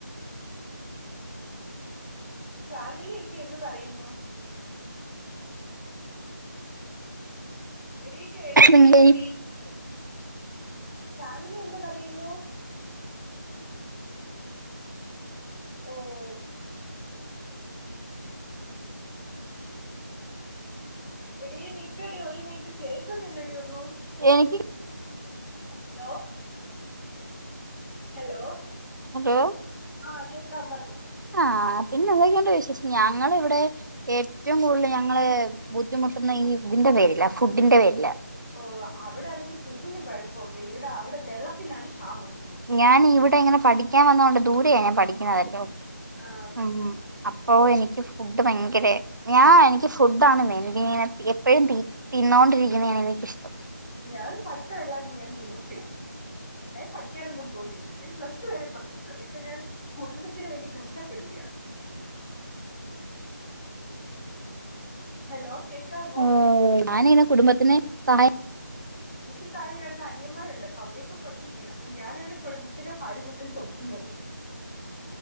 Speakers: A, in the centre; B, on the right (about 80°).
A: ഫാമിലിയൊക്കെ എന്ത്പറയുന്നു. എടി കേൾക്കുന്നില്ലടി
B: നിങ്ങളെ
A: ഫാമിലി എന്ത് പറയുന്നു. ഓഹൊ എടി നിക്കടി ഒരു മിനിറ്റ് കേക്കുന്നില്ല ടി ഒന്നും.
B: എനിക്ക്
A: ഹലോ? ഹലോ?
B: ഹലോ?
A: ആഹ് കേക്കാം പറഞ്ഞോ?
B: ആ പിന്നെ എന്തൊക്കെണ്ട് വിശേഷം. ഞങ്ങള് വടെ ഏറ്റവും കൂടുതല് ഞങ്ങള് ബുദ്ധിമുട്ട്ന്ന ഈ ഇതിന്റെ പേരില്ല. ഫുഡിന്റെ പേരില്ല.
A: ഓ അവിടെ ആണെങ്കിൽ ഫുഡിന് കുഴപ്പമില്ല. ഇവിടെ അവിടെ വെള്ളത്തിനാണ് ക്ഷാമം കൂടുന്നത്.
B: ഞാൻ ഇവിടെ ഇങ്ങനെ പഠിക്കാൻ വന്നതോണ്ട് ദൂരെയ ഞാൻ പഠിക്കണതല്ലോ
A: ആ
B: ഹും ഹും അപ്പോ എനിക്ക് ഫുഡ് ഭയങ്കര ഞാൻ എനിക്ക് ഫുഡാണ് <unintelligible> എപ്പഴും
A: ഉം,
B: തിന്നോണ്ടിരിക്കുന്നതാണ് എനിക്കിഷ്ടം
A: ഞാൻ പഠിത്ത എല്ലാം ഞാൻ നിർത്തി ഞാൻപഠിക്കാനൊന്നും പോന്നുന്നില്ല. ഞാൻ പ്ലസ് ടു വരെ പോയി എന്നിട്ട് ഞാൻ കുടുംബത്തിന് വേണ്ടി കഷ്ടപ്പെടുകയാണ്. ഹലോ കേക്കാ മോ?
B: ഓ ഞാനിങ്ങനെ കുടുംബത്തിന് സഹായി
A: എനിക്ക് താഴെരണ്ട് അനിയന്മാരുണ്ട്. അപ്പൊ അവരൊ യൊക്കെ പഠിപ്പിക്കണം അപ്പൊ ഞാനാണ് കുടുംബത്തിന്റെ ഭാരംമൊത്തം ചുമക്കുന്നത്.